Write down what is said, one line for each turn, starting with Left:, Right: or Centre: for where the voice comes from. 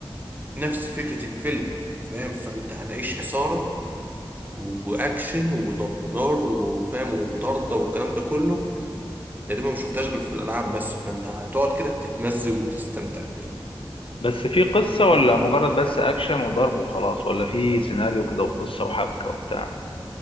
Right: نفس فكره الفيلم فاهم فانت هتعيش اثاره واكشن وضرب نار وفاهم ومطارده والكلام ده كله تقريبا ما شفتهاش غير في الالعاب بس فانت هتقعد كده تتمزج وتستمتع بيه
Left: بس في قصة ولا مجرد بس اكشن وضرب وخلاص ولا في سيناريو كده وقصة وحبكة وبتاع